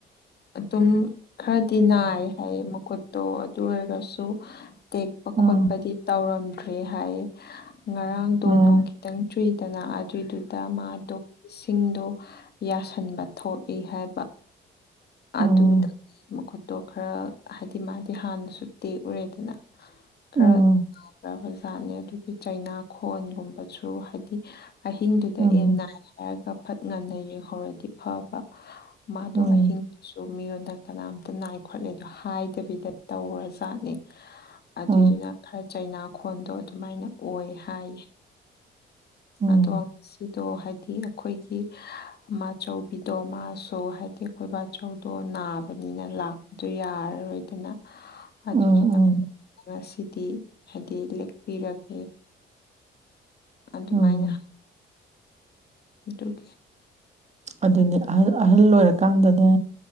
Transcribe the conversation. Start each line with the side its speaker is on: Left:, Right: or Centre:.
Left: ꯑꯗꯨꯝ ꯈꯔꯗꯤ ꯅꯥꯏ ꯍꯥꯏꯌꯦ ꯃꯈꯨꯠꯇꯣ ꯑꯗꯨ ꯑꯣꯏꯔꯒꯁꯨ ꯇꯦꯛꯄ
Right: ꯎꯝ
Left: ꯈꯣꯠꯄꯗꯤ ꯇꯧꯔꯝꯗ꯭ꯔꯦ ꯍꯥꯏ ꯉꯔꯥꯡꯗꯣꯣꯡ
Right: ꯎꯝ
Left: ꯈꯤꯇꯪ ꯆꯨꯏꯗꯅ ꯑꯗꯨꯏꯗꯨꯗ ꯃꯥꯗꯣ ꯁꯤꯡꯗꯣ ꯌꯥꯁꯤꯟꯕ ꯊꯣꯛꯏ ꯍꯥꯏꯕ
Right: ꯎꯝ ꯎꯝ
Left: ꯑꯗꯨꯗꯒꯤ ꯃꯈꯨꯠ ꯇꯣ ꯈꯔ ꯍꯥꯏꯗꯤ ꯃꯥꯗꯤ ꯍꯥꯟꯅꯁꯨ ꯇꯦꯛꯎꯔꯦꯗꯅ ꯈꯔ
Right: ꯎꯝ
Left: ꯭ꯔꯕꯖꯥꯠꯅꯦ ꯑꯗꯨꯒꯤ ꯆꯩꯅꯥꯈꯣꯟꯒꯨꯝꯕꯁꯨ ꯍꯥꯏꯗꯤ ꯑꯍꯤꯡꯗꯨꯗ
Right: ꯎꯝ
Left: ꯑꯦꯟ ꯅꯥꯏ ꯍꯥꯏꯔꯒ ꯐꯠ ꯉꯟꯅ ꯌꯦꯡꯍꯧꯔꯗꯤ ꯐꯕ ꯃꯥꯗꯣ
Right: ꯎꯝ
Left: ꯑꯍꯤꯡꯗꯨꯁꯨ ꯃꯤꯉꯣꯟꯗ ꯀꯅꯥꯝꯇ ꯅꯥꯏ ꯈꯣꯠꯂꯦ ꯑꯗꯣ ꯍꯥꯏꯗꯕꯤꯗ ꯇꯧꯔꯖꯥꯠꯅꯦ ꯑꯗꯨꯏꯗꯨꯅ
Right: ꯎꯝ
Left: ꯈꯔ ꯆꯩꯅꯥꯈꯣꯟꯗꯣ ꯑꯗꯨꯃꯥꯏꯅ ꯑꯣꯏ ꯍꯥꯏꯌꯦ
Right: ꯎꯝ
Left: ꯑꯗꯣ ꯉ ꯁꯤꯗꯣ ꯍꯥꯏꯗꯤ ꯑꯩꯈꯣꯏꯒꯤ ꯑ ꯑꯆꯧꯕꯤꯗꯣ ꯃꯥꯁꯨ ꯍꯥꯏꯗꯤ ꯑꯩꯈꯣꯏꯕꯥꯆꯧꯗꯣ ꯅꯥꯕꯅꯤꯅ ꯂꯥꯛꯄꯗꯣ ꯌꯥꯔꯔꯣꯏ ꯅ ꯑꯗꯨꯗꯨꯅ
Right: ꯎꯝ ꯎꯝ
Left: ꯉꯁꯤꯗꯤ ꯍꯥꯏꯗꯤ ꯂꯦꯛꯄꯤꯔꯒꯦ ꯑꯗꯨꯃꯥꯏꯅ
Right: ꯎꯝ
Left: ꯗꯀꯤ
Right: ꯑꯗꯨꯅꯤ ꯑꯍꯜ ꯑꯣꯏꯔꯀꯥꯟꯗꯅꯦ